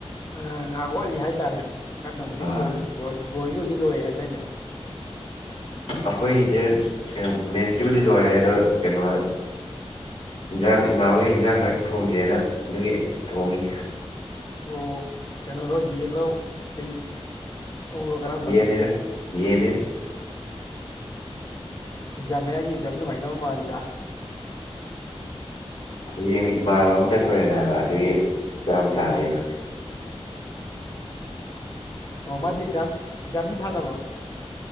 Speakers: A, on the left; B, on the left.
A: ꯑ ꯉꯥꯏꯍꯥꯛ ꯋꯥꯠꯂꯤ ꯍꯥꯏꯇꯥꯔꯦ ꯀꯟꯅꯕꯨꯗꯤ
B: ꯑꯥ
A: ꯊꯣꯡꯉꯦ ꯕ꯭ꯔꯣ ꯍꯣꯏꯒꯤꯕꯨꯗꯤ ꯂꯣꯏꯔꯦ ꯍꯥꯏꯗꯥꯢꯅꯦ
B: ꯑꯩꯈꯣꯏꯒꯤꯁꯦ ꯃꯦꯠꯁꯀꯤꯕꯨꯗꯤ ꯂꯣꯏꯔꯦ ꯑꯗꯣ ꯀꯩꯅꯣ ꯏꯟꯖꯥꯡ ꯏꯃꯥꯟꯅꯕ ꯍꯣꯏ ꯏꯟꯖꯥꯡ ꯈꯔ ꯊꯣꯡꯖꯦꯅ ꯑꯗꯨꯒꯤ ꯊꯣꯡꯉꯤ
A: ꯑꯣ ꯀꯩꯅꯣꯔꯣ ꯌꯦꯟꯂꯣ ꯀꯩ ꯑꯣꯛꯂꯣ ꯀꯔꯝꯕꯅꯣ
B: ꯌꯦꯟꯅꯤꯗ ꯌꯦꯟꯅꯦ
A: ꯑꯦꯛꯖꯥꯝ ꯃꯌꯥꯒꯤ ꯑꯦꯛꯖꯥꯝ ꯅꯨꯡꯉꯥꯏꯅꯕ ꯃꯥꯜꯂꯤꯗ
B: ꯍꯌꯦꯡ ꯏꯃꯥꯅꯕ ꯑꯃ ꯆꯠꯇꯣꯔꯦꯅꯦ ꯍꯥꯏꯕ ꯑꯗꯨꯒꯤ ꯆꯥꯛ ꯑꯝ ꯆꯥꯁꯦꯅ
A: ꯑꯣ ꯑꯣ ꯃꯥꯗꯤ ꯑꯦꯛꯖꯥꯝ ꯑꯦꯛꯖꯥꯝꯗꯤ ꯊꯥꯗꯕ꯭ꯔꯣ